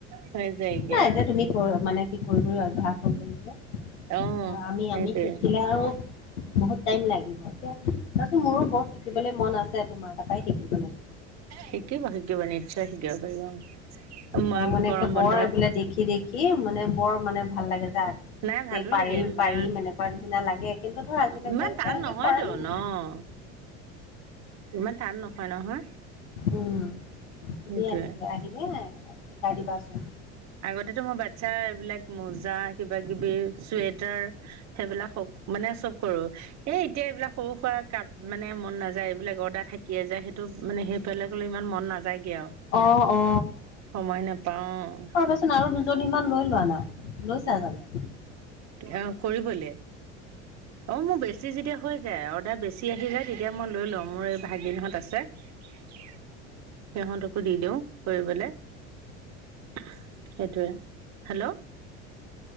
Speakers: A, on the right; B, on the left.
A: হৈ যায়গে
B: নাই যে তুমি কৰ মানে কি কৰি -কৰি অভ্যাস হৈ গ'ল যে।
A: অ'।
B: এয়া আমি
A: সেইটোৱে,
B: - আমি শিকিলেও আৰু বহুত টাইম লাগিব। য়া তাৰপিছত মোৰো বৰ শিকিবলৈ মন আছে তোমাৰ, তাপাই শিকিব লাগিব।
A: শিকিব, শিকিব নিচ্চয় শিকিব পাৰিবা। অ মই'
B: মোৰ মানে
A: গৰম
B: বৰ
A: বন্ধত
B: এইবিলাক দেখি- দেখি এ মানে, বৰ মানে ভাল লাগে যা।
A: নাই ভালো
B: যে পাৰিম,
A: লাগে ধুনীয়া
B: পাৰিম এনেকুৱা নিচিনা লাগে কিন্তু ধৰ আজিলৈকে
A: ইমান টান
B: তেনেকে
A: নহয়তো
B: কৰা নাই।
A: ন, অ'। ইমান টান নহয়, নহয়।
B: উম, তুমি
A: সেইটোৱে।
B: আহি-আহিবা নাই, শিকাই দিবাচোন।
A: আগতেটো মোৰ বাচ্ছাৰ এইবিলাক মুজা কিবা কিবি। চুৱেটাৰ, সেইবিলাক সক মানে চব কৰোঁ এ এতিয়া এইবিলাক সৰু-সুৰা কাপ মানে মন নাযায়, এইবিলাক অৰ্ডাৰ হে কিয়ে যায় সেইটো মানে সেইফালে গ'লে, ইমান মন নাযায়গে আৰু
B: অ অ অ
A: সময় নেপা অ'।
B: শুনাচোন আৰু দুজনীমান লৈ লোৱা না লৈছা জানোঁ।
A: এয়া কৰিবলে। অ' মোৰ বেছি যেতিয়া হৈ যায়, অৰ্ডাৰ বেছি আহি যায়, তেতিয়া মই লৈ লওঁ মোৰ এই ভাগিনহঁত আছে। সিহঁতকো দি দিওঁ কৰিবলে। সেইটোৱে hello,